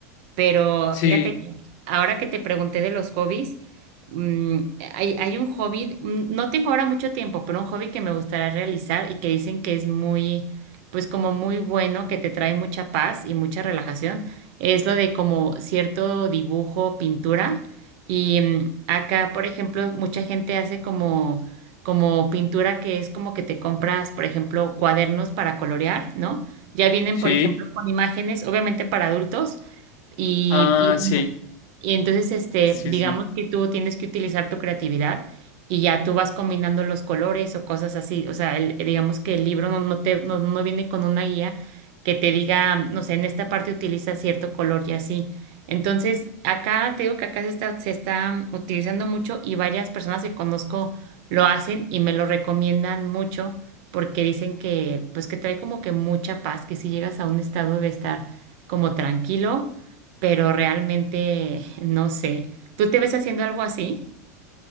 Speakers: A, on the right (about 45°); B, on the left (about 35°).
A: Pero
B: Sí,
A: fíjate que ahora que te pregunté de los hobbies, mm, hay, hay un hobby, mm, no tengo ahora mucho tiempo, pero un hobby que me gustaría realizar y que dicen que es muy, pues como muy bueno, que te trae mucha paz y mucha relajación, es lo de como cierto dibujo, pintura. Y mm, acá, por ejemplo, mucha gente hace como, como pintura que es como que te compras, por ejemplo, cuadernos para colorear, ¿no? Ya vienen,
B: sí,
A: por ejemplo, con imágenes, obviamente para adultos y,
B: ah,
A: y bueno,
B: sí,
A: y entonces, este,
B: sí,
A: digamos
B: sí.
A: que tú tienes que utilizar tu creatividad y ya tú vas combinando los colores o cosas así. O sea, el- digamos que el libro no, no te, no, no viene con una guía que te diga, no sé, en esta parte utiliza cierto color y así. Entonces, acá te digo que acá se está, se está utilizando mucho y varias personas que conozco lo hacen y me lo recomiendan mucho porque dicen que, pues que trae como que mucha paz, que si llegas a un estado de estar como tranquilo pero realmente no sé. ¿Tú te ves haciendo algo así?